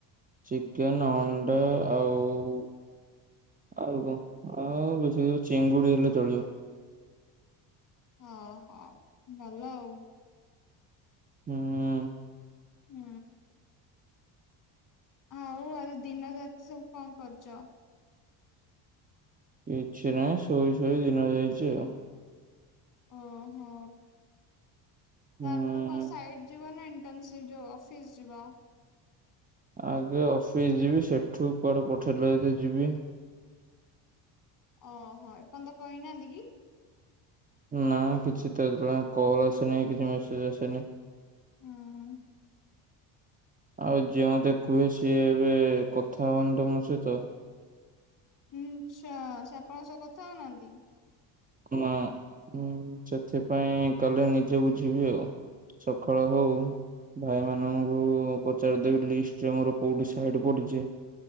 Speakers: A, on the right; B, on the left.
A: ଚିକେନ, ଅଣ୍ଡା ଆଉ ଆଉ କଣ? ଆଉ ବେଶୀ ଚିଙ୍ଗୁଡି ହେଲେ ଚଳିବ।
B: ଓହୋ ଭଲ ଆଉ।
A: ହୁଁ।
B: ହୁଁ। ହଉ ଆଜି ଦିନ ରାତି ସବୁ କଣ କରିଚ?
A: କିଛି ନାହିଁ ଶୋଇ ଶୋଇ ଦିନ ଯାଇଚି ଆଉ।
B: ଓହୋ
A: ହୁଁ।
B: କଳିଠୁ ତୁ କଣ ସାଇଡ୍ ଯିବ ନାଇଁ। ଇଣ୍ଟର୍ନସିପ ଯୋଉ ଅଫିସ ଯିବା।
A: ଆଗେ ଅଫିସ୍ ଯିବି ସେଠୁ କୁଆଡେ ପଠେଇଲେ ଯଦି ଯିବି।
B: ଓହୋ ଏପର୍ଯ୍ୟନ୍ତ କହିନାହାନ୍ତି କି?
A: ନା କିଛି ତ ଏପର୍ଯ୍ୟନ୍ତ କଲ୍ ଆସିନି କିଛି ମେସେଜ ଆସିନି।
B: ହୁଁ।
A: ଆଉ ଯିଏ ମତେ କୁହେ ସିଏ ଏବେ କଥା ହଉନି ତ ମୋ ସହିତ।
B: ଆଛା ସେ ଆପଣଙ୍କ ସହ କଥା ହଉନାହାନ୍ତି?
A: ନା। ଉଁ ସେଥିପାଇଁ ଗଲେ ନିଜେ ବୁଝିବି ଆଉ। ସକାଳ ହଉ। ଭାଇ ମାନଙ୍କୁ ପଚାରିଦେବି ଲିଷ୍ଟରେ ମୋର କୋଉଠି ସାଇଡ୍ ପଡିଚି